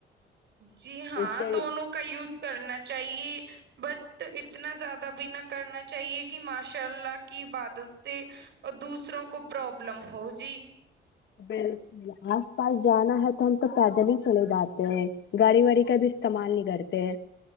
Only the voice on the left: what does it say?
جیسے
بالکل آس پاس جانا ہے تو ہم تو پیدل ہی چلے جاتے ہیں گاڑی واڑی کا بھی استعمال نہیں کرتے